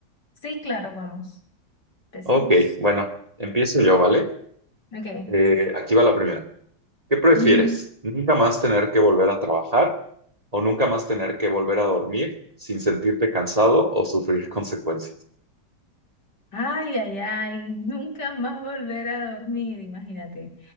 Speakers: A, on the left (about 75°); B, on the right (about 20°).
A: Sí, claro, vamos. Empecemos.
B: Ok, bueno, empiezo yo, ¿vale?
A: Ok.
B: Eh, aquí va la primera. ¿Qué prefieres?
A: ujú.
B: ¿Nunca más tener que volver a trabajar o nunca más tener que volver a dormir sin sentirte cansado o sufrir consecuencias?
A: Ay, ay, ay. Nunca más volver a dormir, imagínate.